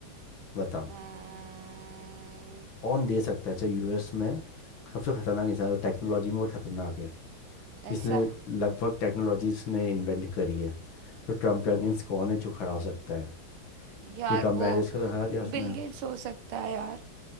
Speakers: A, on the left (about 70°); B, on the right (about 85°).
A: बताओ
B: अम्म,
A: कौन दे सकता है चाहे यूएस में सबसे खतरनाक इंसान और टेक्नोलॉजी में बहुत खतरनाक है
B: ऐसा
A: जिसने लगभग टेक्नोलॉजीज ने इन्वेंट करी है तो ट्रम्प के अगेंस्ट कौन है जो खड़ा हो सकता है
B: यार
A: ये कमला
B: वो
A: हैरिस को तो हरा दिया उसने
B: बिल गेट्स हो सकता है यार